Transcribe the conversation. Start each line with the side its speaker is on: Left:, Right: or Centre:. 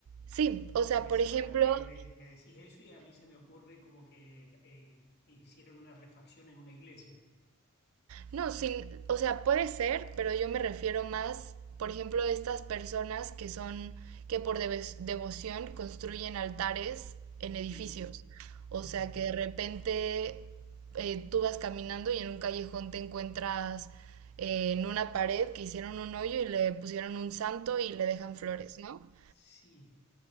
Right: Sí, o sea,
Left: Porque
Right: por
Left: se-
Right: ejemplo,
Left: para, me, me- me decís eso y a mí se me ocurre como que eh, hicieron una refacción en una iglesia.
Right: No, sin, o sea, puede ser, pero yo me refiero más, por ejemplo, a estas personas que son, que por devo- devoción construyen altares en
Left: Sí.
Right: edificios. O
Left: Ajá.
Right: sea, que de repente eh, tú vas caminando y en un callejón te encuentras eh, en una pared que hicieron un hoyo y le pusieron un santo y le dejan
Left: Ajá.
Right: flores, ¿no?
Left: Sí.